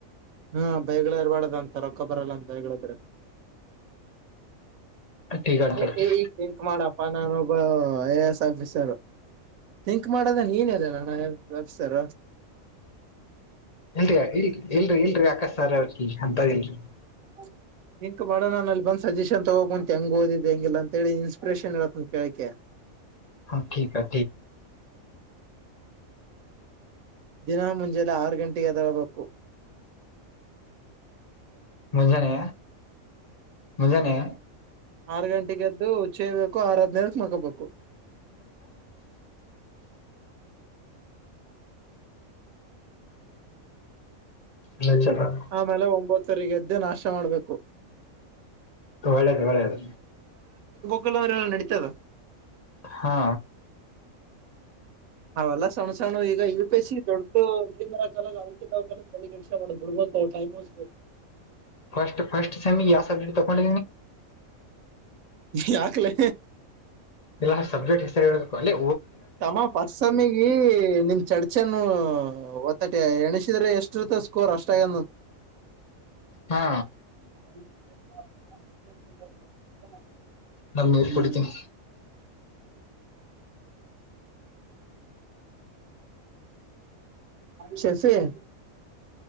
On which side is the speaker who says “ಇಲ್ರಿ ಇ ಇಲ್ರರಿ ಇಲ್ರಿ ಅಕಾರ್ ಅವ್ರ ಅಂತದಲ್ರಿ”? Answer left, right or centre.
Left